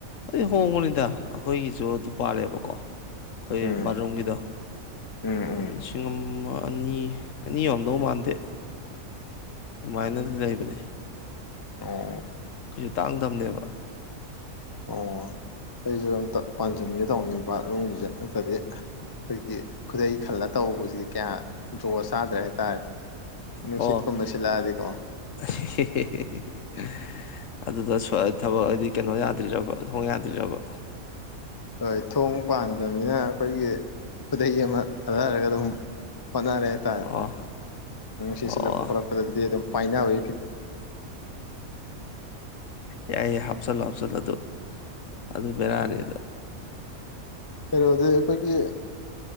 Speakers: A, on the left; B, on the left.
A: ꯑꯗꯨ ꯍꯣꯡꯉꯨꯅꯤꯗ ꯑꯩꯈꯣꯏꯒꯤꯁꯨ ꯑꯗꯨꯄꯥꯥꯜꯂꯦꯕꯀꯣ ꯑꯩꯈꯣꯏ
B: ꯎꯝ
A: ꯕꯥꯔꯨꯝꯒꯤꯗ
B: ꯎꯝ ꯎꯝ
A: ꯂꯤꯁꯤꯡ ꯑꯃ ꯑꯅꯤ ꯑꯅꯤ ꯑꯝꯗꯧ ꯃꯥꯟꯗꯦ ꯑꯗꯨꯃꯥꯏꯅꯗꯤ ꯂꯩꯕꯅꯦ
B: ꯑꯣ
A: ꯀꯩꯁꯨ ꯇꯥꯡꯗꯝꯕꯅꯦꯕ
B: ꯑꯣ ꯑꯩꯁꯨ ꯑꯝꯇ ꯄꯥꯟꯁꯤꯟꯒꯦ ꯇꯧꯅꯦꯕ ꯔꯨꯝꯒꯤꯁꯠ ꯉꯇꯗꯤ ꯑꯩꯈꯣꯏꯒꯤ ꯈꯨꯗꯩ ꯈꯜꯂ ꯇꯧꯕꯁꯤꯗꯤ ꯀꯌꯥ ꯣ ꯆꯥ ꯭ꯔ ꯍꯥꯏꯇꯥꯔꯦ ꯅꯨꯡꯁꯤꯠꯀꯨꯝꯕ
A: ꯑꯣ
B: ꯁꯤꯂꯛꯑꯗꯤꯀꯣ
A: <unintelligible> ꯑꯗꯨꯗ ꯊꯕꯛ ꯍꯥꯏꯗꯤ ꯀꯩꯅꯣ ꯌꯥꯗ꯭ꯔꯤꯕ ꯊꯣꯡ ꯌꯥꯗ꯭ꯕ
B: ꯍꯣꯏ ꯊꯣꯡ ꯄꯥꯟꯗꯕꯅꯤꯅ ꯑꯩꯈꯣꯏꯒꯤ ꯈꯨꯗꯩ ꯑꯃ ꯊꯥꯗꯔꯒ ꯑꯗꯨꯝ ꯍꯣꯠꯅꯔꯦ ꯍꯥꯏꯇꯥꯔꯦ
A: ꯑꯣ
B: ꯁꯤꯁꯤꯜꯂꯛꯄ
A: ꯑꯣ
B: ꯈꯣꯠꯂꯛꯄꯗꯗꯤ ꯑꯗꯨꯝ ꯄꯥꯏꯅꯕꯏ
A: ꯌꯥ ꯍꯥꯞꯁꯜ ꯍꯥꯞꯁꯜꯗ ꯑꯗꯨ ꯑꯗꯨ ꯕꯤꯔꯅꯤꯗ
B: ꯀꯩꯅꯣꯗꯤ ꯑꯩꯈꯣꯏꯒꯤ